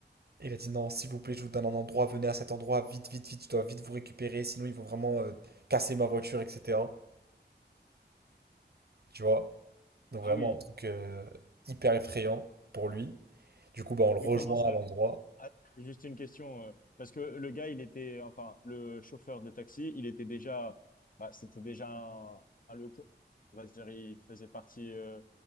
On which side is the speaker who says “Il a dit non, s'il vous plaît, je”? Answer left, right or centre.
Right